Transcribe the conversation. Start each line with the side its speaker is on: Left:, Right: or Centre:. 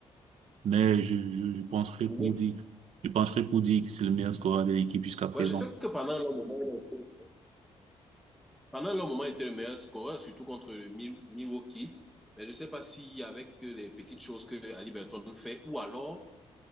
Right: Mais je, je, je pencherai
Centre: Oui,
Right: pour dire, je pencherai pour dire que c'est le meilleur scoreur de l'équipe jusqu'à présent.
Centre: Ouais, je sais que pendant un long moment, il a été, pendant un long moment, il était le meilleur scoreur, surtout contre le Mi- Milwaukee. Mais je ne sais pas si avec euh, les petites choses que Ali Burton fait, ou alors,